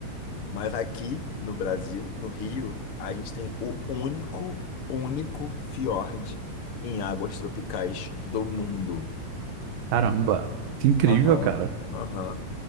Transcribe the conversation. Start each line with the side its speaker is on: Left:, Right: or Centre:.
Left: Mas aqui no Brasil, no Rio, a gente tem o único, único fiord em águas tropicais do mundo.
Right: Caramba, que incrível,
Left: Aham,
Right: cara.
Left: aham.